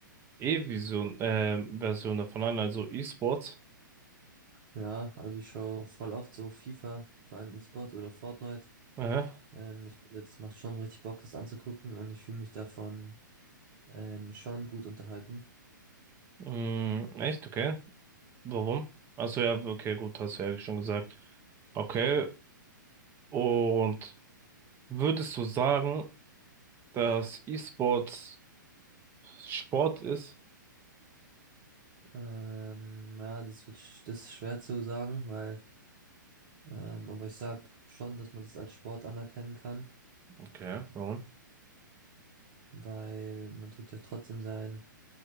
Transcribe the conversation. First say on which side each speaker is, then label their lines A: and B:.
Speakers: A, on the right; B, on the right.
A: E-Vision, ähm, Version davon an, also E-Sports?
B: ja, also ich schaue voll oft so FIFA, vor allem E-Sport oder Fortnite.
A: Aha.
B: Ähm, ich finde, das macht schon richtig Bock, das anzugucken und ich fühle mich davon ähm, schon gut unterhalten.
A: Mm, echt? Okay. Warum? Achso, ja, okay, gut, hast du ja schon gesagt. Okay. Und würdest du sagen, dass E-Sports Sport ist?
B: Ähm, ja, das wird, sch- das ist schwer zu sagen, weil, ähm, aber ich sag schon, dass man das als Sport anerkennen kann,
A: Okay, warum?
B: weil man tut ja trotzdem seinen